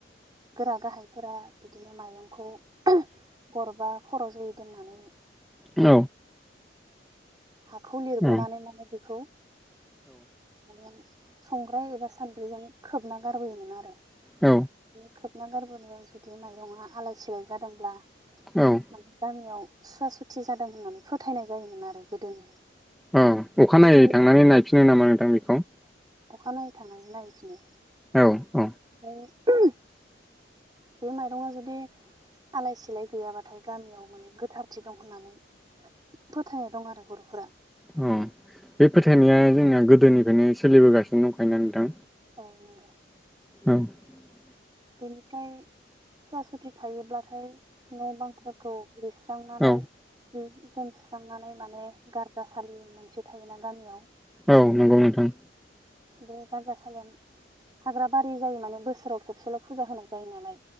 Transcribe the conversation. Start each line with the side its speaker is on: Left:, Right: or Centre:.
Right: गोरा गाहायफोरा बिदिनो माइरंखौ गरबा खर' जयै दोननानै <inaudible>
Centre: औ
Right: हाखौ लिरबोनानै
Centre: औ
Right: माने बेखौ आं संग्राय एबा सान्द्रिजों खोबना गारबोयोमोन आरो
Centre: औ
Right: बे खोबना गारबोनायाव जुदि माइरंआ आलाय सिलाय जादोंब्ला
Centre: औ
Right: माने गामियाव सुवा सुथि जादों होननानै फोथायनाय जायोमोन आरो गोदोनि
Centre: उम अखानायै
Right: बिदि
Centre: थांनानै नायफिनो नामा नोंथां बेखौ
Right: अखानायनायै थांनाय नायैफिनो
Centre: औ औ
Right: ओमफ्राय बे माइरंआ जुदि आलाय सिलाय गैयाबाथाय गामियाव माने गोथारथि दं होननानै फोथायनाय दं आरो ब'रफोरा
Centre: अ बे फोथायनाया जोंनिया गोदोनिफ्रायनो सोलिबोगासिनो दंखायोना नोंथां
Right: औ नंगौ
Centre: <inaudible>
Right: बेनिफ्राय सवा सुथि थायोब्लाथाय न' बांफोरखौ लिरस्रांनानै
Centre: औ
Right: जि जोमसुस्रांनानै माने गारजासाालि मोनसे थायोना गामियाव
Centre: औ नंगौ नोंथां
Right: बे गारजासालियाव हाग्रा बारि जायो माने बोसोराव खेबसेल' फुजा होनाय जायो नालाय